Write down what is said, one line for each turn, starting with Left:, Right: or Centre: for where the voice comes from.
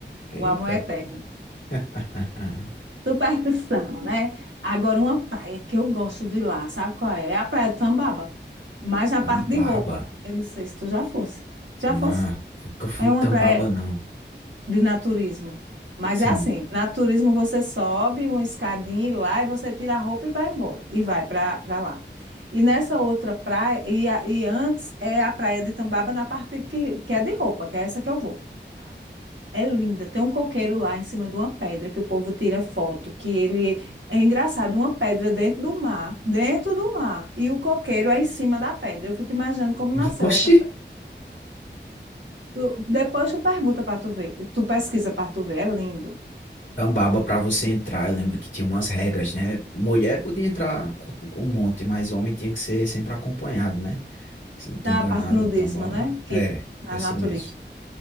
Left: Eita.
Right: O amor é eterno.
Left: <laughs>
Right: Superstição, né? Agora, uma praia que eu gosto de ir lá, sabe qual é? É a Praia do Tambaba, mas na
Left: Tambaba.
Right: parte de roupa. Eu não sei se tu já fosse. Já
Left: Não,
Right: fosse?
Left: nunca fui
Right: É
Left: Tambaba,
Right: uma praia
Left: não.
Right: de naturismo. Mas
Left: Sim.
Right: é assim, naturismo você sobe uma escadinha e lá e você tira a roupa e vai embora. E vai para para lá. E nessa outra praia, e, a- e antes é a praia de Tambaba na parte que, que é de roupa, que é essa que eu vou. É linda. Tem um coqueiro lá em cima de uma pedra que o povo tira foto, que ele é engraçado, uma pedra dentro do mar, dentro do mar, e o coqueiro é em cima da pedra. Eu fico imaginando como nasceu
Left: <laughs> Oxi.
Right: essa pedra. Tu- Depois tu pergunta para tu ver, tu pesquisa para tu ver, é lindo.
Left: Cambaba pra você entrar, eu lembro que tinha umas regras, né? Mulher podia entrar com com um monte, mas homem tinha que ser sempre acompanhado, né? Se eu não tô
Right: Na
Left: enganado,
Right: parte nudismo,
Left: Tambaba.
Right: né? Que
Left: É,
Right: na
Left: essa
Right: natureza.
Left: mesmo.